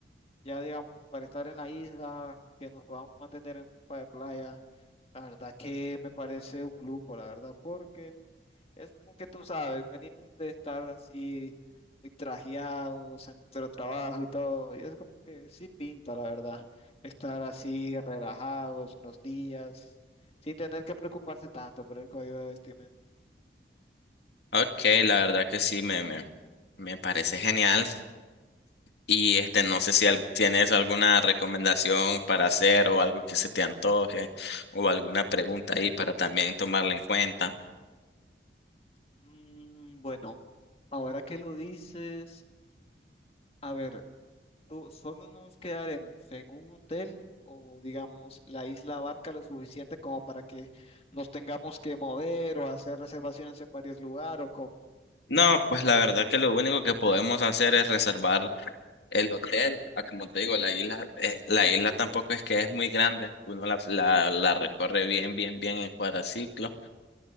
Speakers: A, on the left; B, on the left.
A: ya digamos, para estar en la isla, que nos podamos mantener en ropa de playa, la verdad que me parece un lujo, la verdad, porque es como que tú sabes, venimos de estar así muy trajeados en nuestro trabajo y todo, y es como que sí pinta, la verdad, estar así relajados unos días, sin tener que preocuparse tanto por el código de vestimenta.
B: Ok, la verdad que sí, me, me, me parece genial. Y este, no sé si al- tienes alguna recomendación para hacer o algo que se te antoje o alguna pregunta ahí para también tomarla en cuenta.
A: Mm, bueno, ahora que lo dices, a ver. ¿Tú solo nos quedaremos en un hotel o, digamos, la isla abarca lo suficiente como para que nos tengamos que mover o hacer reservaciones en varios lugares o cómo?
B: No, pues la verdad que lo único que podemos hacer es reservar el hotel. Ah, Como te digo, la isla, eh, la isla tampoco es que es muy grande. Uno la, la, la recorre bien, bien, bien en cuadraciclo.